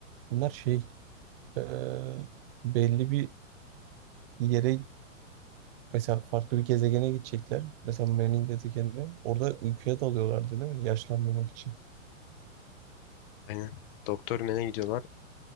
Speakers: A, on the right; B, on the left.
A: Bunlar şey ee, belli bir yere mesela farklı bir gezegene gidecekler. Mesela Mer'in gezegenine. Orada uykuya dalıyorlardı değil mi? Yaşlanmamak için.
B: Aynen. Doktor Men'e gidiyorlar.